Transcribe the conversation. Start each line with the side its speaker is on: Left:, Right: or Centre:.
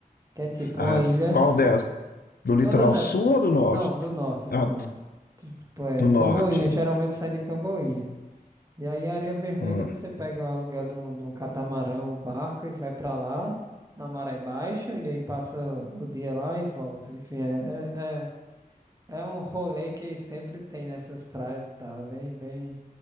Right: que é tipo
Left: ah,
Right: uma ilha.
Left: qual delas? Do litoral
Right: Todas essas.
Left: sul ou do norte?
Right: Não, do norte, do
Left: Ah,
Right: norte. Tipo, é
Left: do
Right: Camboinha,
Left: norte.
Right: geralmente sai de Camboinha. E aí, Areia Vermelha,
Left: Hum.
Right: você pega o aluguel de um, de um catamarão, um barco e vai pra lá, na maré baixa, e aí passa o dia lá e volta. Enfim, é, é, é, é um rolê que sempre tem nessas praias e tal. É bem, bem